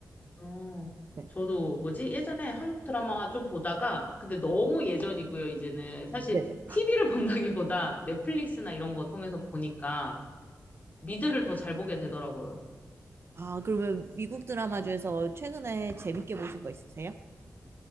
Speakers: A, on the left (about 30°); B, on the right (about 45°).
A: 어,
B: 네.
A: 저도 뭐지? 예전에 한국 드라마 좀 보다가, 근데 너무 예전이고요, 이제는. 사실
B: 네네.
A: TV를 <laughs> 본다기보다 넷플릭스나 이런 거 통해서 보니까 미드를 더 잘 보게 되더라고요.
B: 아, 그러면 미국 드라마 중에서 최근에 재밌게 보신 거 있으세요?